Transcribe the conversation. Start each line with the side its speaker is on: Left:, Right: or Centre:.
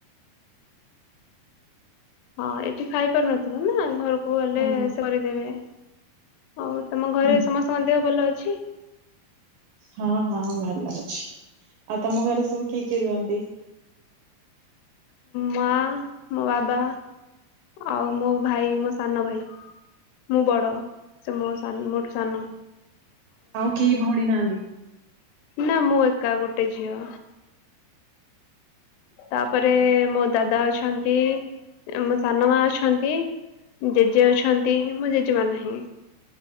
Left: ହଁ ଏଠି ଖାଇ ପାରୁନଥିବ ନା ଘରକୁ ଗଲେ
Right: ହଁ
Left: ସେ କରିଦେବେ। ଆଉ ତମ ଘରେ
Right: ହୁଁ
Left: ସମସ୍ତଙ୍କ ଦେହ ଭଲ ଅଛି?
Right: ହଁ ହଁ ଭଲ ଅଛି ଆଉ, ତମ ଘରେ ସବୁ କିଏ କିଏ ରୁହନ୍ତି?
Left: ମା, ମୋ ବାବା ଆଉ ମୋ ଭାଇ ମୋ ସାନ ଭାଇ। ମୁଁ ବଡ ସେ ମୋ ସାନ ମୋଠୁ ସାନ।
Right: ଆଉ କେହି ଭଉଣୀ ନାହାନ୍ତି?
Left: ନା ମୁଁ ଏକା ଗୋଟେ ଝିଅ। ତାପରେ
Right: ହୁଁ
Left: ମୋ ଦାଦା ଅଛନ୍ତି, ମୋ ସାନ ମା ଅଛନ୍ତି। ଜେଜେ ଅଛନ୍ତି, ମୋ ଜେଜେମା ନାହିଁ।